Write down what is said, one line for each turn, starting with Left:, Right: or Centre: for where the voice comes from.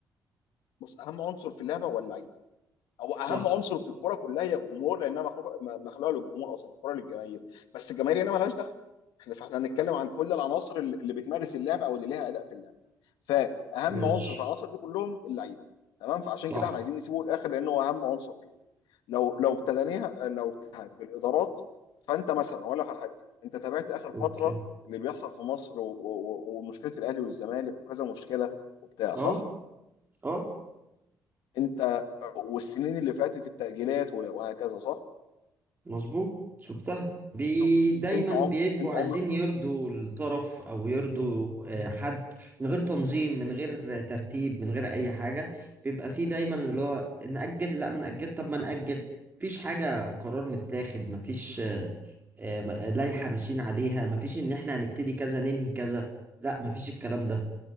Left: بص اهم عنصر في اللعبه هو اللعيب هو اهم
Right: صح
Left: عنصر في الكوره كلها هي الجمهور لانها مخلوقه م- مخلوقه للجمهور اصلا الكوره للجماهير بس الجماهير هنا ملهاش دخل احنا فاحنا هنتكلم عن كل العناصر اللي اللي بتمارس اللعبه او اللي ليها اداء في اللعبه فاهم
Right: ماشي
Left: عنصر في العناصر دي كلهم اللعيبه تمام فعشان
Right: صح
Left: كده احنا عايزين نسيبه للاخر لانه هو اهم عنصر فيه لو لو ابتديناها لو ابتديناها بالادارات فانت مثلا هقول لك على حاجه انت تابعت اخر فتره
Right: اوكي
Left: اللي بيحصل في مصر و- و- و- ومشكله الاهلي والزمالك وكذا مشكله وبتاع صح؟
Right: اه اه
Left: انت والسنين اللي فاتت التأجيلات وهكذا صح؟
Right: مظبوط شفتها بي
Left: انت
Right: دايما
Left: انت عمر
Right: بيبقوا
Left: انت
Right: عايزين
Left: عمر
Right: يرضوا الطرف او يرضوا آه، حد من غير تنظيم من غير ترتيب من غير اي حاجه بيبقى فيه دايما اللي هو نأجل لا ما نأجل طب ما نأجل مفيش حاجه قرار متاخد مفيش آه، آه، م- آه، لائحه ماشيين عليها مفيش ان احنا هنبتدي كذا ننهي كذا لا مفيش الكلام ده